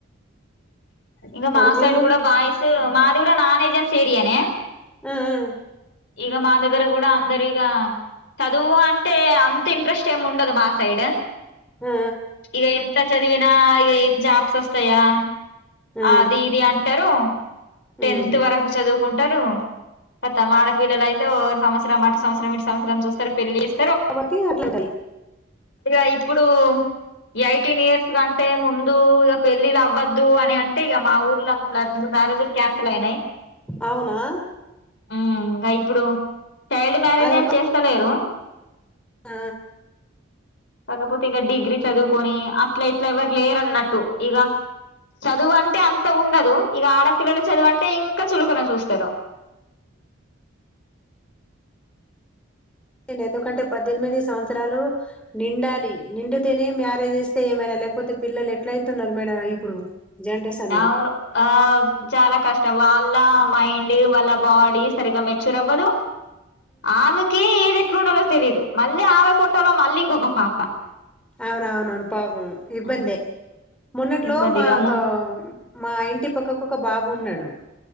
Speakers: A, on the left; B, in the centre.
A: ఇంకా మా
B: మరి మీ
A: సైడ్
B: ఊర్లో
A: కూడా బాయ్స్ మాది కూడా నాన్ ఏజ్సి సేరియనే
B: ఆ ఆ
A: ఈగ మా దగ్గర కూడా అందరిగ చదువు అంటే అంత ఇంట్రెస్ట్ ఏమి ఉండదు మా సైడ్
B: ఆ ఆ
A: ఇక ఎంత చదివినా ఇక ఏం జాబ్స్ వస్తాయా
B: ఆ
A: అది ఇది అంటారు
B: హ్మ్
A: టెన్త్ వరకు చదువు కుంటారు కతం ఆడపిల్ల అయితే సంవత్సరం అటు సంవసరం ఇ సంవత్సరం చూస్తారు పెళ్లిస్తరూ
B: కాబట్టి అట్లాటలి
A: ఇక ఇప్పుడు ఎయిటీన్ ఇయర్స్ కంటే ముందు ఇక పెళ్ళిది అవ్వదు వద్దు అని అంటే ఇక మా ఊర్లో అట్లా రెండు మ్యారేజులు క్యాన్సిల్ అయినాయి
B: అవునా
A: ఇంకా ఇప్పుడు చైల్డ్ మ్యారేజ్
B: అది
A: ఏమి
B: ఒక
A: చేస్తలేరు
B: ఆ
A: కాకపోతే ఇంకా డిగ్రీ చదువుకొని అట్లా ఇట్లా ఎవరు లేరున్నట్టు ఇక చదువు అంటే అంత ఉండదు ఇక ఆడపిల్లలు చదువు అంటే ఇంకా చులుకన చూస్తారు
B: అ ఎందుకంటే పద్దెనిమిది సంవత్సరాలు నిండాలి నిండితేనే మ్యారేజ్ ఇస్తే ఏమైనా లేకపోతే పిల్లలు ఎట్ల అయితున్నారు మేడమ్ ఇప్పుడు జనరేషన్
A: అవును
B: లా
A: ఆ చాలా కష్టం వాళ్లు వాళ్ళ మైండ్ వాళ్ళ బాడీ సరిగ్గా మెచ్యూర్ అవ్వదు ఆమెకే ఏది ఎట్లుండాలో తెలీదు మళ్ళీ ఆమె పోట్టాలో మళ్ళీ ఇంకొక పాప
B: అవునా అవునవును పాప ఇబ్బందే
A: ఆ!
B: మన్నట్లో
A: ఇబ్బందిగా
B: మా ఒక
A: ము
B: మా ఇంటి పక్కకు ఒక బాబు ఉన్నాడు